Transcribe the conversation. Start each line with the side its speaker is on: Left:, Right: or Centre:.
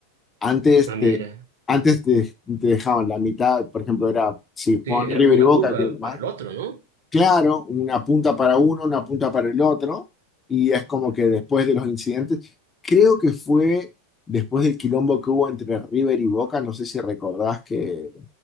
Left: Antes
Right: ah,
Left: te,
Right: mira,
Left: antes te, te dejaban la mitad, por ejemplo, era si
Right: Sí,
Left: Juan
Right: era
Left: River
Right: una
Left: y Boca,
Right: curva
Left: que más
Right: para el otro, ¿no?
Left: claro, una punta para uno, una punta para el otro, y es como que después de los incidentes, creo que fue después del quilombo que hubo entre River y Boca, no sé si recordás que,